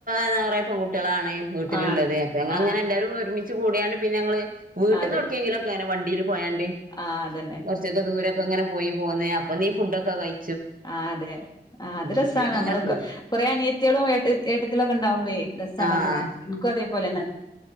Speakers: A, on the right; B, on the left.
A: എന്താ പറയാ പെണ്കുട്ടികളാണ് വീട്ടിലുള്ളത്
B: ആഹ്
A: അപ്പ ഞ
B: ആഹ്
A: ഇങ്ങനെ എല്ലാവാരും ഒരുമിച്ച് കൂടിയാണ്ട് പിന്നെ ങ്ങള് വീട്ടിൽന്ന്ടക്കിയെങ്കിലൊക്കെ
B: അതെ
A: അങ്ങനെ വണ്ടിൽ പോയാണ്ട്
B: ആഹ് അതന്നെ
A: കുറച്ചൊക്കെ ദൂരൊക്കെ ഇങ്ങനെ പോയി പോന്നേ അപ്പൊ നീ ഫുഡ്ക്കെ കഴി
B: ആ അതെ ആ അത് രസമാണ്
A: അങ്ങനെയൊക്കെ
B: നമ്മള്
A: അങ്ങനെ പോരും
B: കുറെേ അനിയത്തിളും ഏ ഏട്ടത്തിളൊക്കെ ഉണ്ടാവുമ്പേ രസാണ്
A: ആഹ്
B: അങ്ങനെ എനിക്കും അതേപോലെന്നെ